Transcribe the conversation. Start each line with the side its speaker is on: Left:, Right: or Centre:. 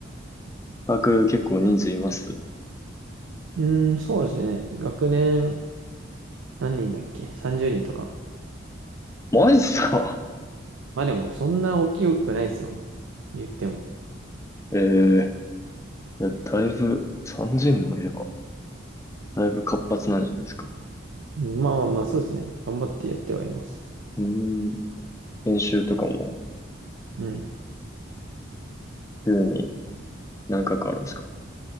Left: 把握結構人数います。
Right: うん、そうですね。学年、何人だっけ ?30 人とか。
Left: マジっすか
Right: まあでも、そんな大きくないですよ。言っても。
Left: ええいや、だいぶ、3人の部屋は、だいぶ活発なんじゃないですか。
Right: うんまあまあまあ、そうですね。頑張ってやってはいます。
Left: うーん、練習とかも、
Right: うん。
Left: 週に何回かあるんですか